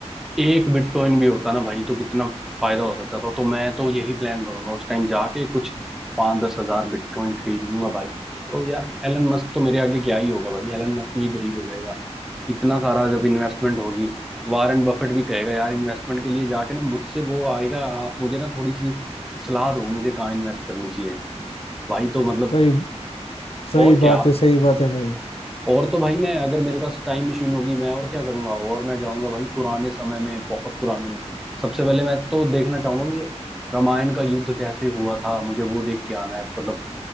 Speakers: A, in the centre; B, on the left.
A: एक बिटकॉइन भी होता ना भाई तो कितना फायदा हो सकता था तो मैं तो यही प्लान करूंगा उस टाइम जाके कुछ पाँच दस हजार बिटकॉइन खरीद लूंगा भाई तो यार एलन मस्क तो मेरे आगे क्या ही होगा भाई एलन मस्क भी गरीब हो जाएगा इतना सारा जब इन्वेस्टमेंट होगी वारेन बफेट भी कहेगा यार इन्वेस्टमेंट के लिए जाके ना मुझसे वो आएगा आप मुझे ना थोड़ी सी सलाह दो मुझे कहाँ इन्वेस्ट करनी चाहिए भाई तो मतलब
B: सही सही
A: और क्या
B: बात है सही बात है भाई
A: और तो भाई मैं अगर मेरे पास टाइम मशीन होगी मैं और क्या करूंगा और मैं जाऊंगा भाई पुराने समय में बहुत पुराने में सबसे पहले मैं तो देखना चाहूंगा कि रामायण का युद्ध कैसे हुआ था मुझे वो देख के आना है मतलब